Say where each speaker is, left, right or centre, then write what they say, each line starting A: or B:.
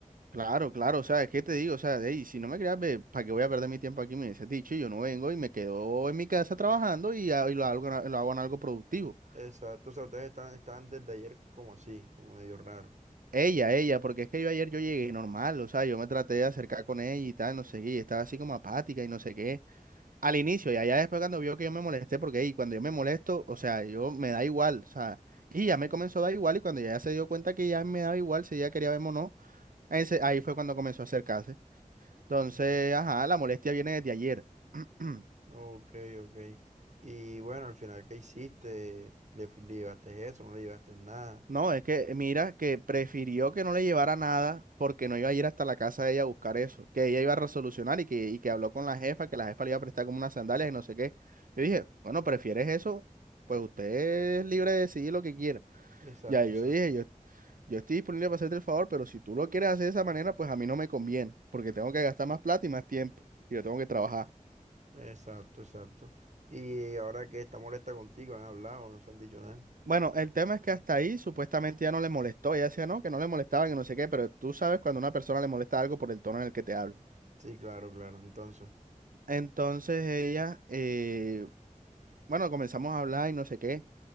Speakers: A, on the right; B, on the right.
A: Claro, claro, o sea, es que te digo, o sea, "Ey, si no me querías ver, ¿para qué voy a perder mi tiempo aquí? Me hubieses dicho, y yo no vengo y me quedo en mi casa trabajando y, a- y lo hago, en a- lo hago en algo productivo.
B: Exacto. O sea, ustedes están, están desde ayer como así, como medio raro.
A: Ella, ella, porque es que yo ayer yo llegué normal, o sea, yo me traté de acercar con ella y tal, no sé qué, y estaba así como apática y no sé qué, al inicio, y allá después cuando vio que yo me molesté, porque ahí cuando yo me molesto, o sea, yo me da igual, o sea, y ya me comenzó a dar igual, y cuando ya se dio cuenta que ya me daba igual, si ella quería verme o no, ese- ahí fue cuando comenzó a acercarse. Entonces,
B: Ya.
A: ajá, la molestia viene desde ayer. <clears throat>
B: Ok, ok. Y bueno, al final, ¿qué hiciste? ¿Le, fu- le llevaste eso? ¿No le llevaste nada?
A: No, es que mira que prefirió que no le llevara nada porque no iba a ir hasta la casa de ella a buscar eso, que ella iba a resolucionar y que, y que habló con la jefa, que la jefa le iba a prestar como unas sandalias y no sé qué. Yo dije, bueno, ¿prefieres eso? Pues usted es libre de decidir lo que quiera.
B: Exacto,
A: Ya yo
B: exacto.
A: dije, yo, yo estoy disponible para hacerte el favor, pero si tú lo quieres hacer de esa manera, pues a mí no me conviene, porque tengo que gastar más plata y más tiempo y yo tengo que trabajar.
B: Exacto, exacto. Y ahora que está molesta contigo, ¿han hablado? ¿No se han dicho nada?
A: Bueno, el tema es que hasta ahí supuestamente ya no le molestó, ella decía no, que no le molestaba, que no sé qué, pero tú sabes cuando una persona le molesta algo por el tono en el que te habla.
B: Sí, claro, claro. Entonces.
A: Entonces ella, eh, bueno, comenzamos a hablar y no sé qué.